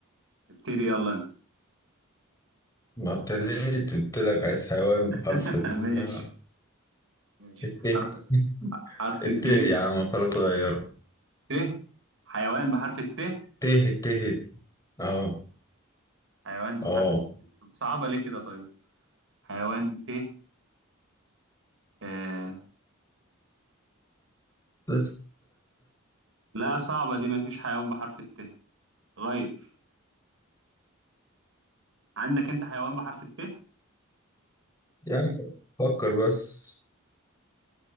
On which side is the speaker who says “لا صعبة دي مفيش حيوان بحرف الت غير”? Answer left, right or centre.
Right